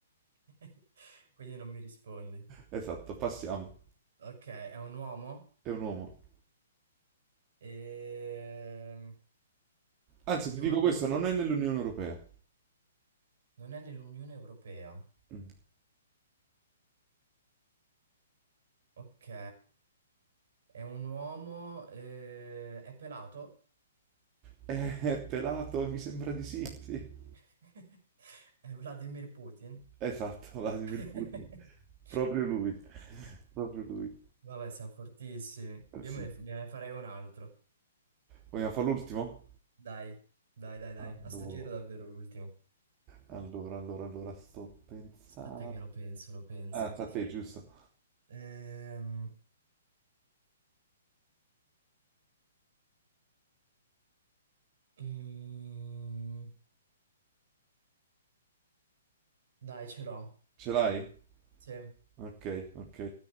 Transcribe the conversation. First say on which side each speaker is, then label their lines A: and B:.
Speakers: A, on the right; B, on the right.
A: <laughs> Quindi non mi rispondi.
B: Esatto, passiamo.
A: Ok, è un uomo?
B: È un uomo.
A: Ehm, È
B: Anzi,
A: di
B: ti
A: una...
B: dico questo,
A: cor-
B: non è nell'Unione Europea.
A: Non è nell'Unione Europea.
B: Mm.
A: Ok. È un uomo... eh, È pelato?
B: È, è pelato, mi sembra di sì, sì.
A: <laughs> È Vladimir Putin?
B: Esatto, Vladimir
A: <laughs>
B: Putin. Proprio lui. Proprio lui.
A: Vabbè, siamo fortissimi.
B: Eh,
A: Io
B: Sì.
A: me ne ne farei un altro.
B: Vogliamo fare l'ultimo?
A: Dai, dai, dai, dai.
B: Allora,
A: A sto giro davvero l'ultimo.
B: Allora, allora, allora, sto pensando.
A: Aspetta che lo penso, lo penso.
B: Ah, sta a te, giusto?
A: Ehm, mm, dai, ce l'ho.
B: Ce l'hai?
A: Sì,
B: Ok, ok.